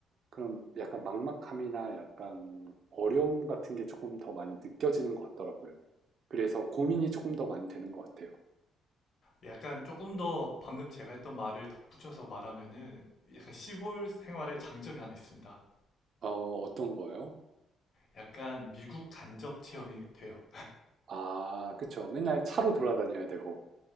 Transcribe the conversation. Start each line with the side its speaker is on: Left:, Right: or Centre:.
Right: 그런 약간 막막함이나 약간 어려움 같은 게 조금 더 많이 느껴지는 것 같더라고요. 그래서 고민이 조금 더 많이 되는 것 같아요.
Left: 약간 조금 더 방금 제가 했던 말을 덧붙여서 말하면은 약간 시골 생활의 장점이 하나 있습니다.
Right: 어, 어떤 거요?
Left: 약간 미국 간접 체험이 돼요.
Right: 아, 그쵸. 맨날 차로 돌아다녀야 되고.